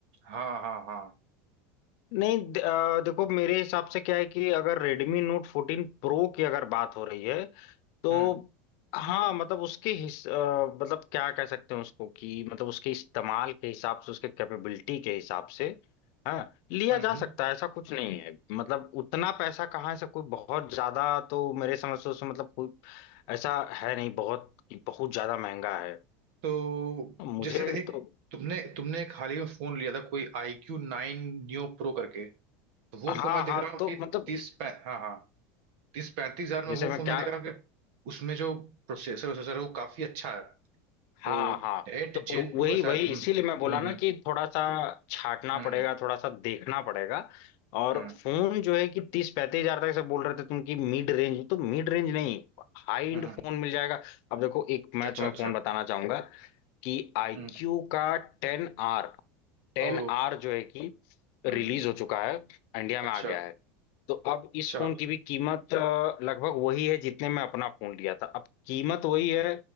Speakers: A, on the right; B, on the left.
A: हाँ हाँ हाँ
B: नहीं द- अ, देखो मेरे हिसाब से क्या है कि अगर Redmi Note 14 Pro की अगर बात हो रही है तो
A: हम्म
B: हाँ मतलब उसके हिस अ, मतलब क्या कह सकते हैं उसको कि मतलब उसके इस्तेमाल के हिसाब से उसके कैपेबिलिटी के हिसाब से हाँ लिया
A: हम्म
B: जा
A: हम्म।
B: सकता है ऐसा कुछ नहीं है मतलब उतना पैसा कहाँ है, ऐसा कोई बहुत ज्यादा तो मेरे समझ से उसमें मतलब कोई ऐसा है नहीं बहुत कि बहुत ज्यादा महंगा है
A: तो
B: मुझे
A: जैसे एक
B: तो
A: तुमने तुमने एक हाल ही में फोन लिया था कोई आई क्यू नाइन न्यू प्रो करके तो वो
B: हाँ
A: फोन मैं देख
B: हाँ
A: रहा हूँ
B: तो
A: कि
B: मतलब
A: तीस पै- हाँ हाँ तीस पैंतीस हजार में
B: जैसे
A: वो
B: मैं
A: फोन
B: क्या
A: मैं देख रहा हूँ कि उसमें जो प्रोसेसर प्रोसेसर है वो काफी अच्छा है
B: हाँ
A: तो
B: हाँ
A: एट
B: तो
A: जेन
B: व-
A: टू
B: वही
A: है शायद
B: वही
A: हम्म
B: इसीलिए मैं बोला
A: हम्म
B: ना कि थोड़ा सा छाटना
A: हम्म
B: पड़ेगा थोड़ा सा देखना पड़ेगा और
A: हम्म
B: फोन जो है कि तीस पैंतीस हजार तक से बोल रहे थे तुम कि मिड रेंज तो मिड रेंज नहीं हाई
A: हम्म,
B: एंड
A: हम्म।
B: फोन मिल जाएगा अब देखो एक मैं
A: अच्छा
B: तुम्हें
A: अच्छा
B: फोन बताना चाहूंगा कि आई
A: हम्म
B: क्यू का टेन आर टेन
A: ओ
B: आर जो है कि
A: हम्म
B: रिलीज
A: हम्म,
B: हो चुका है इंडिया में
A: अच्छा
B: आ गया है तो अब
A: अच्छा
B: इस फोन की भी कीमत अ, लगभग वही है जितने में अपना फोन लिया था अब कीमत वही है